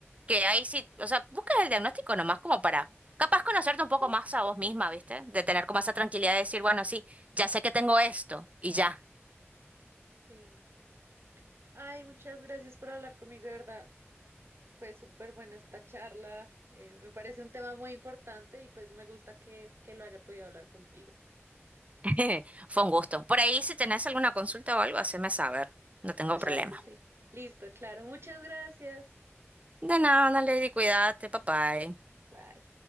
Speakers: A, on the right; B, on the right.
A: que ahí sí, o sea, buscas el diagnóstico nomás como para, capaz conocerte
B: <laughs> Ujú.
A: un poco más a vos misma, ¿viste? De tener como esa tranquilidad de decir, bueno, sí, ya sé que tengo esto y ya.
B: Sí. Ay, muchas gracias por hablar conmigo, de verdad. Fue súper buena esta charla. Eh, me parece un tema muy importante y pues me gusta que, que lo haya podido hablar contigo.
A: <laughs> Fue un gusto. Por ahí, si tenés alguna consulta o algo, haceme saber. No tengo
B: Claro
A: problema.
B: que sí. Listo, claro. Muchas gracias.
A: De nada, Lady, cuídate, papá.
B: Bye.